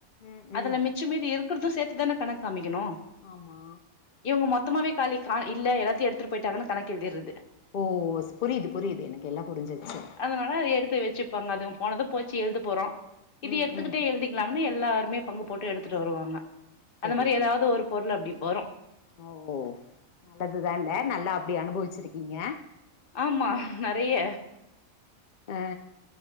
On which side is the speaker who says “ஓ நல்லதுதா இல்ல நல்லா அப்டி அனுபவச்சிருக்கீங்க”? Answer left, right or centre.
Left